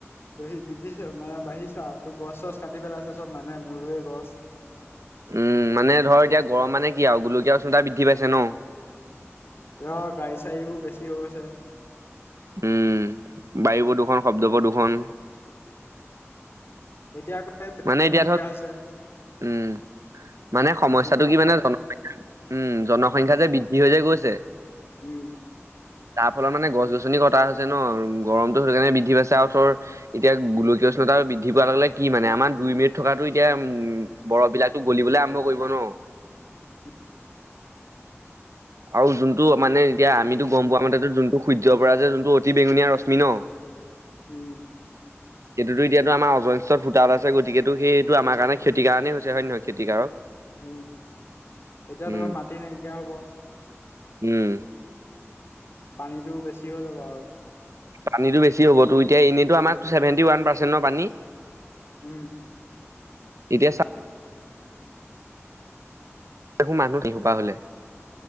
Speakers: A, on the left; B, on the right.
A: বহি বিধিছে মানে বাঢ়িছে আও। তোৰ গছ-চছ কাটি পেলাইছে চব। মানুহে নৰুৱে গছ।
B: উম, মানে ধৰ এতিয়া গৰম মানে কি আৰু গোলকীয়া উষ্ণতা বৃদ্ধি পাইছে ন'।
A: তেওঁৰ গাড়ী-চাৰী বোৰ বেছি হৈ গৈছে।
B: উম, বায়ু প্ৰদূষণ, শব্দ প্ৰদূষণ।
A: এতিয়া <unintelligible>
B: মানে এতিয়া
A: নাইকিয়া
B: ধৰক
A: হৈছে।
B: উম, মানে সমস্যাটো
A: যুদ্ধৰ
B: কি মানে,
A: পৰা।
B: জন। <unintelligible> উম, জনসংখ্যা যে বৃদ্ধি ই <unintelligible> গৈছে।
A: উম',
B: তাৰ ফলত মানে গছ গছনি কটা হৈছে ন' গৰমতটো সেইটোকাৰণে বৃদ্ধি পাইছে আৰুঠৰ এতিয়া গোলকীয় পিছত আৰু বৃদ্ধি পোৱা লগে মানে আমাৰ দুই মিনিট থকাাতটো এতিয়া উম বৰফ বিলাকতো গলিবলৈ আৰম্ভ কৰিব ন'!
A: উম, '
B: আৰু যোনটো মানে এতিয়া আমিতো গম পোৱা মতে যোনটো সূৰ্য পৰা যে যোনটো অতি বেঙুনীয়া ৰশ্মি ন'
A: উম',
B: সেইটোতো এতিয়াতো আমাৰ অজৰত ফুতাত আছে গতিকেতটো সেইটো আমাৰ কাৰেতি কাৰণেই হৈছে হয় নে নহয় ক্ষতিকাৰক
A: উম' এতিয়া
B: উম
A: ধৰ মাটি নাইকিয়া হব।
B: উম',
A: পানীতটো বেছি হৈ যাব আৰু
B: পানীটো বেছি হ'ব তো এতিয়া এনেইতো আমাৰ ছেভেন্টি ওৱান পাৰ্চেন্টৰ পানী?
A: উম, '
B: এতিয়া চ হো মানুহ দেশোপা হলে।